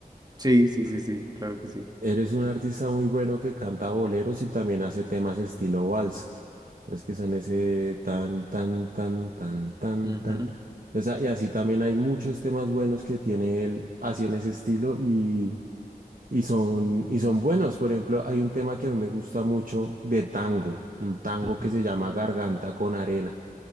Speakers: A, on the right; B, on the right.
A: Sí, sí, sí, sí, claro que sí.
B: Eres un artista muy bueno que canta boleros y también hace temas estilo vals. Es que son ese tan, tan, tan, tan, tan,
A: Ujú,
B: tan. O sea, y así también hay muchos temas buenos que tiene él así en ese estilo y, y son, y son buenos. Por ejemplo, hay un tema que a mí me gusta mucho de tango, un tango
A: ujú.
B: que se llama Garganta con Arena.